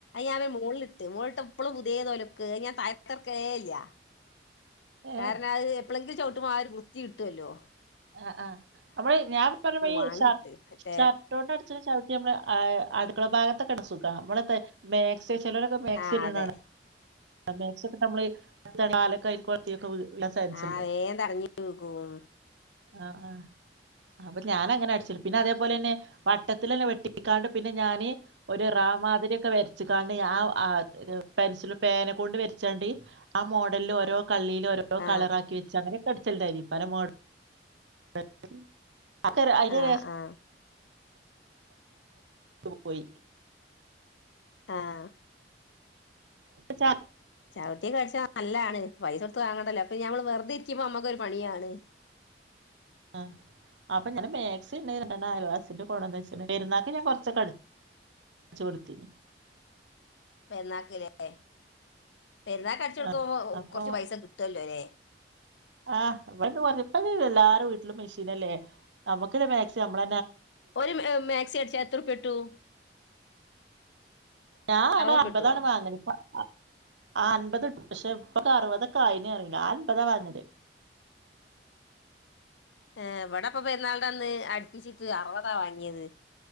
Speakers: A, on the left (about 80°); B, on the right (about 85°).
A: ഞൻ മുകളിലിട്ട് മുകളിട്ട് എപ്പളും പുതിയ തോലക്ക് ഞാൻ താരക്കർക്ക കേല്ല
B: ഏഹ്
A: കാരണം അത് എപ്പോഴെങ്കിലും ചവിട്ടമാര് വൃത്തി കിട്ടുവല്ലോ
B: ആ ആ് നമ്മള് ഞാൻ പറഞ്ഞ
A: വാങ്ങിയിട്ട്
B: ഈഷർട്ടോന്റെ
A: മറ്റേ
B: അടുത്ത ചവിട്ടി നമ്മള് അടുക്കള ഭാഗത്ത സുഖള മക് ചിലരൊക്കെ മാാക്സി
A: ആ
B: ഇടാണ്
A: അതെ
B: മേ ഒക്കെ നമ്മള്ാലക്കയിൽ കൊളത്തിയൊക്കെ വീഴാൻ ചാൻസ്
A: ആതേൻ തടഞ്ഞ വോക്കും
B: ആഹ ആഹ അപ്പൊ ഞാാന അങ്ങനെ അടിച്ച പിന്നെ അതേപോലെ തന്നെ വട്ടത്തിന്നെ വെട്ടിക്കാണ്ട് പിന്നെ ഞാാന് ഒരു റാ മാതിരിയൊക്കെ വരച്ചാണ്ട് ആ ആ പെൻസില് പേനക്കെ കൊണ്ട് വരച്ചാണ്ട് ആ മോഡലില് ഓരോ കള്ളിയിൽ ഓരോ
A: ആ
B: കളറക്കി വെച്ചങ്ങനെ അടിച്ചിട്ടായിരിക്കും പല അ അക്ക അ
A: ആ ആ
B: പോയി
A: ആഹ
B: ച
A: ചവിട്ട കിച്ച നല്ലാണ് പൈസ എടുത്ത് വാങ്ങണ്ടല്ല അപ്പ ഞമ്മൾ വേ അ ഇരിക്കുമ്പൾ നമ്മുക്ക ഒരുരു പണിയാണ്
B: ആഹ അപ്പൊ ഞാൻ മാക്സി ഇണ്ട ആാലുവാസിന്റെ കുണംന്ന് വെച്ച പരുന്നാക്ക്ി ഞാൻ കൊറച്ചൊക്കട അട കൊടുത്ത
A: പിന്നാക്കില്ലേ പെരുന്നാ അഴച്ച കൊടുക്കുമ്പോ
B: ആഹ് അപ്പൊ
A: കുറച്ച് പൈസ കിട്ടുമല്ലോ അല്ലേ
B: ആഹ് ഇവിടെന്ന് പറഞ്ഞപ്പ എല്ലാരും വീട്ടിലും മെഷീൻല്ലേ നമ്മുക്കി മാക്സിം നമ്മള
A: ഒരു മാക്സി അടിച്ച എത്രൂപ ഇട്ടു
B: ഞാൻ അവിടെ
A: ഉറുപ്യ
B: അൻപതാണ്
A: കിട്ടുവോ
B: വാങ്ങത് ഇപ്പ ആ അൻപത് പക്ഷെ ഇപ്പൊെ അറുപതൊ കായന് ഇറങ്ങ അൻപതാ വാഞ്ഞത്േ
A: ഏർ എവിടെപ്പ പെരുന്നാൾുടെ അന്ന് അടുപ്പിച്ചിട്ട് അറുപതാ വാങ്ങിയത്